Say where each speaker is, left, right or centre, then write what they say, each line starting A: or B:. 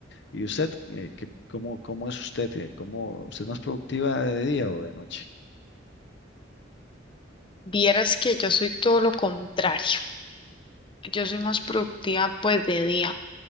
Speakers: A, on the left; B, on the left.
A: ¿Y usted, eh, qué- cómo, cómo es usted? eh, ¿Cómo, usted es más productiva de día o de noche?
B: Vieras que yo soy todo lo contrario. Yo soy más productiva pues de día.